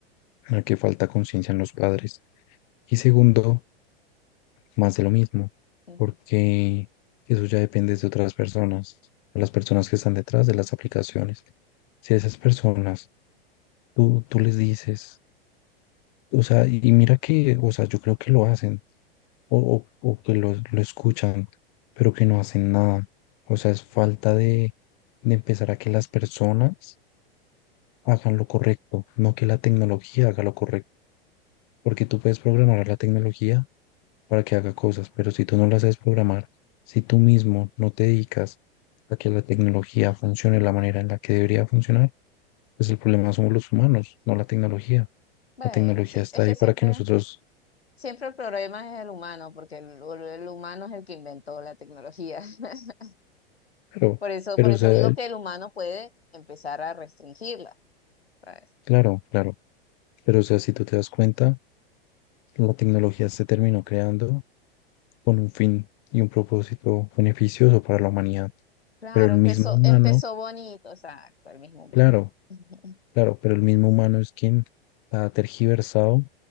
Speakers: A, on the left (about 40°); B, on the left (about 85°).
A: a que falta conciencia en los padres. Y segundo, más de lo mismo,
B: Ujú.
A: porque eso ya depende de otras personas, de las personas que están detrás de las aplicaciones. Si a esas personas tú, tú les dices, o sea, y mira que, o sea, yo creo que lo hacen o, o- o que lo, lo escuchan, pero que no hacen nada. O sea, es falta de de empezar a que las personas hagan lo correcto, no que la tecnología haga lo correcto, porque tú puedes programar a la tecnología para que haga cosas, pero si tú no la sabes programar, si tú mismo no te dedicas a que la tecnología funcione de la manera en la que debería funcionar, pues el problema somos los humanos, no la tecnología.
B: Bueno,
A: La tecnología
B: sí,
A: está
B: es que
A: ahí
B: siempre,
A: para que nosotros,
B: siempre el problema es el humano, porque el, el humano es el que inventó la tecnología. <laughs>
A: pero,
B: Por eso,
A: pero,
B: por eso
A: o sea,
B: digo
A: el-
B: que el humano puede empezar a restringirla. Pues,
A: claro, claro, pero, o sea, si tú te das cuenta, la tecnología se terminó creando con un fin y un propósito beneficioso para la humanidad.
B: claro,
A: Pero el
B: empezó,
A: mismo humano,
B: empezó bonito, exacto, el mismo humano.
A: claro,
B: Ujú.
A: claro, pero el mismo humano es quien ha tergiversado